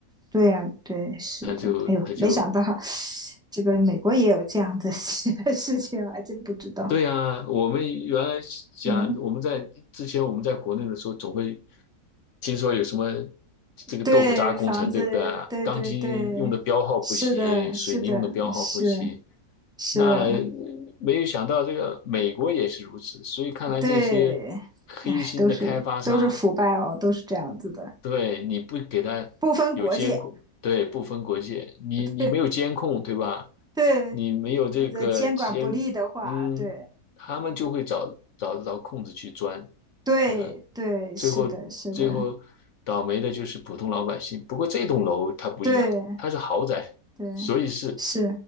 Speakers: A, in the centre; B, on the left.
A: 对呀、啊对，是的。
B: 他就他就
A: 哎呦，没想到。这个美国也有这样的 <laughs> 事事情，我还真不知道。
B: 对啊，我们原来讲我们在之前我们在国内的时候，
A: 嗯，
B: 总会听说有什么这个豆腐渣工程，
A: 对，房子，
B: 对不对啊？
A: 对对对，
B: 钢筋用的标号不行，
A: 是的，
B: 水泥用的标号不行。
A: 是的，是是的，
B: 那呃没有想到这个美国也是如此，所以看来这些黑心的开发商
A: 对，哎，都是都是腐败哦，都是这样子的，
B: 对，你不给他有监控，
A: 不分国界，
B: 对，不分国界，你你没有监控，
A: 对
B: 对吧？
A: 对，
B: 你没有这个监，
A: 或者监管不力的话，
B: 嗯，
A: 对
B: 他们就会找找得到空子去钻，
A: 对对，
B: 对吧？
A: 是的，
B: 最后最后倒霉的就是普通老百姓。
A: 是的，
B: 不过这栋楼它不一样，
A: 对
B: 它是豪宅，
A: 对
B: 所以是
A: 是，